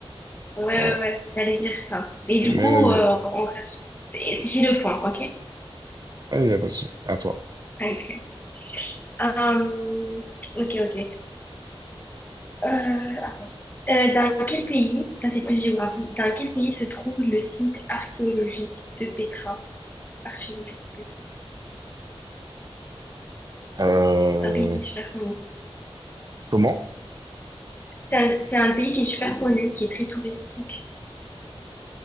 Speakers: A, on the left; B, on the right.
A: Ouais,
B: Ouais.
A: ouais, ouais, j'allais dire ça. Et du
B: Mais
A: coup,
B: vas-y,
A: euh, on reste. c'est- J'ai le point, ok?
B: vas-y, à toi. À toi.
A: Ok. Hum, ok, ok. Euh, attends. Euh, dans quel pays, ça c'est plus géographie, dans quel pays se trouve le site archéologique de Petra? Archéologique de Petra.
B: Euh,
A: C'est un pays qui est super connu.
B: comment?
A: C'est un, c'est un pays qui est super connu, qui est très touristique,